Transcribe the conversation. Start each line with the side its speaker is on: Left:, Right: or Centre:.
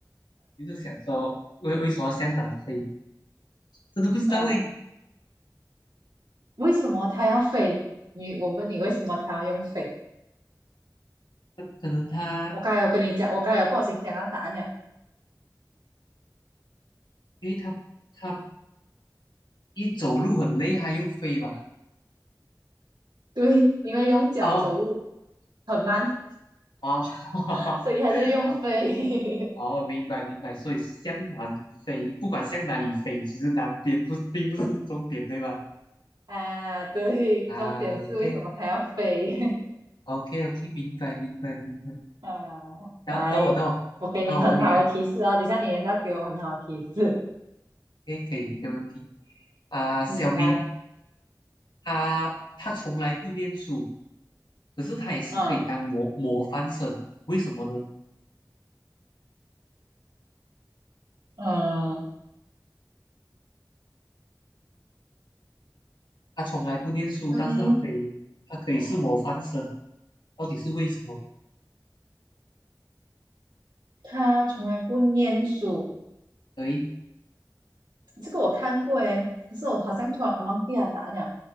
Left: 就是想说为为什么向南飞？真的不知道诶，
Right: <laughs> 嗯、为什么他要飞？你我问你，为什么他要用飞？
Left: 可可能它
Right: 我刚才有跟你讲，我刚才有不小心讲到答案了。
Left: 因为它它一走路很累，还用飞吧？
Right: 对，因为用脚走路
Left: 哦
Right: 很慢，
Left: 哦，<laughs>
Right: <laughs> 所以他就用飞
Left: 哦哦，明白明白，所以向南飞，不管向哪里飞，其实南边不并不是终点，对吧？
Right: <laughs> 啊。对，
Left: 啊，OK
Right: 重点是为什么他要飞
Left: OK OK，明白明白明白。
Right: <laughs> 啊？
Left: 到到我到我到我问你啊
Right: 来，我给你很好的提示哦，等一下你也是要给我很好的提示。
Left: ，OK 可以没有问题啊。小明
Right: <laughs> 嗯，来，
Left: 他他从来不念书，可是他也是可以当模模范生，
Right: 嗯
Left: 为什么呢？
Right: 嗯
Left: 他从来不念书，
Right: 嗯，
Left: 但是他可以他可以是模范生，到底是为什么？
Right: 他从来不念书，
Left: 对，
Right: 这个我看过诶，可是我好像突然忘记了答案了。